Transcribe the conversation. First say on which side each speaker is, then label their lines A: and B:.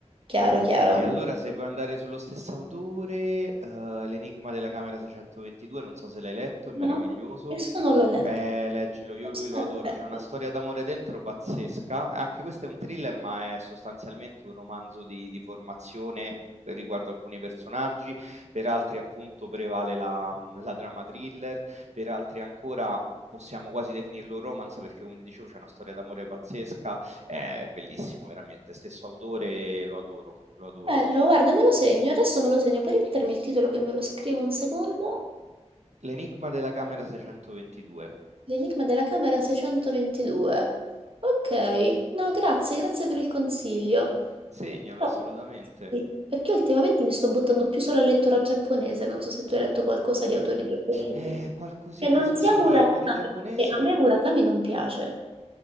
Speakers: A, on the right; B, on the right.
A: chiaro, chiaro.
B: E
A: Ma
B: allora se vuoi andare sullo stesso autore, eh, L'enigma della camera 622, non so se l'hai letto, è
A: No,
B: meraviglioso.
A: questo non l'ho letto,
B: Eh, leggilo, io
A: questo
B: lui lo adoro,
A: non l'ho letto.
B: c'è una storia d'amore dentro pazzesca. Anche questo è un thriller, ma è sostanzialmente un romanzo di, di formazione riguardo alcuni personaggi, per altri appunto prevale la, la trama thriller, per altri ancora possiamo quasi definirlo romance perché come ti dicevo c'è una storia d'amore pazzesca, è bellissimo, veramente. Stesso autore, lo adoro, lo adoro.
A: Bello, guarda, me lo segno, adesso me lo segno, puoi ripetermi il titolo che me lo scrivo un secondo?
B: L'enigma della camera 622.
A: L'enigma della camera 622. Ok, no, grazie, grazie per il consiglio.
B: Segnalo
A: Però-
B: assolutamente.
A: sì, Perché ultimamente mi sto buttando più sulla lettura giapponese, non so se tu hai letto qualcosa di autori giapponesi.
B: Eh, qualcosina,
A: Che non
B: sì,
A: sia
B: sì,
A: Murakami,
B: di autori giapponesi.
A: perché a me Murakami non piace.